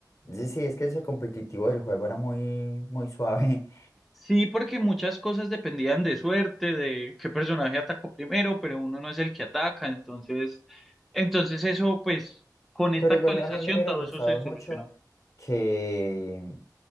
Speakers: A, on the left (about 45°); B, in the centre.
A: Sí, sí, es que ese competitivo del juego era muy, muy suave,
B: Sí, porque muchas cosas dependían de suerte, de qué personaje atacó primero, pero uno no es el que ataca, entonces, entonces eso, pues,
A: <laughs>
B: con esta
A: pero
B: actualización
A: igual a mí me hubiera
B: todo
A: gustado
B: eso se solucionó.
A: mucho que,